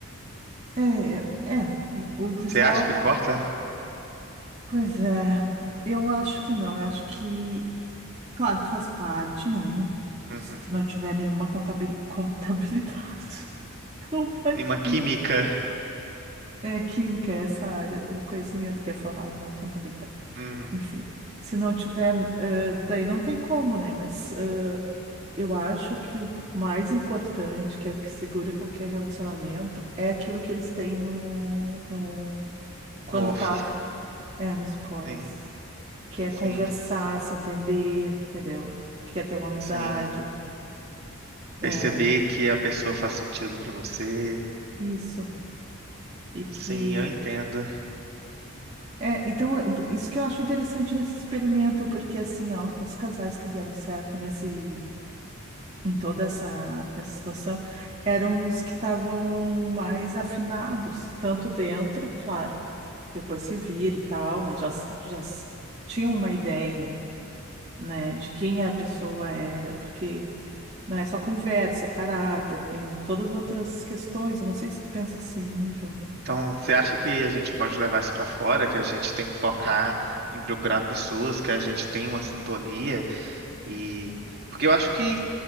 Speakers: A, on the right (about 30°); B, on the right (about 45°).
A: é, é, o visual,
B: Você acha que importa?
A: pois é, eu acho que não, eu acho que, claro que faz parte, né?
B: Uhum.
A: Se tu não tiver nenhuma contabil, contabilidade, <laughs> compatibilidade.
B: E uma química,
A: É, química é essa área do conhecimento que é falar, não contabilidade.
B: uhum,
A: Enfim, se não tiver, eh, daí não tem como, né? Mas Eu acho que o mais importante, que é o que segura qualquer relacionamento, é aquilo que eles têm no, no quando
B: no off.
A: estavam, é, nos pods,
B: Sim,
A: que é
B: sim,
A: conversar, se entender, entendeu? Que é ter uma amizade,
B: sim. Perceber
A: é,
B: que a pessoa faz sentido pra você.
A: isso. E que
B: Sim, eu entendo.
A: é, então é, isso que eu acho interessante nesse experimento, porque assim, ó, os casais que deram certo nesse em toda essa, essa situação eram os que estavam mais afinados, tanto dentro, claro depois se vira e tal, mas já, s- já s- tinha uma ideia, né, de quem a pessoa era, porque não é só conversa, é caráter, tem todas as outras questões. Eu não sei se tu pensa assim, João.
B: Então, você acha que a gente pode levar isso para fora, que a gente tem que focar em procurar pessoas, que a gente tem uma sintonia e porque eu acho que